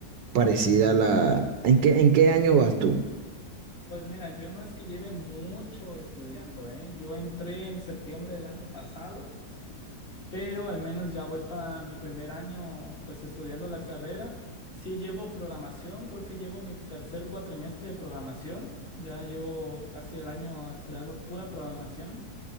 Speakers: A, on the right; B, on the left.
A: parecida la... ¿En qué, en qué año vas tú?
B: Pues mira, yo no es que lleve mucho estudiando, ¿eh? Yo entré en septiembre del año pasado pero al menos ya voy para mi primer año, pues estudiando la carrera. Sí llevo programación, creo que llevo mi tercer cuatrimestre de programación, ya llevo casi el año estudiando pura programación,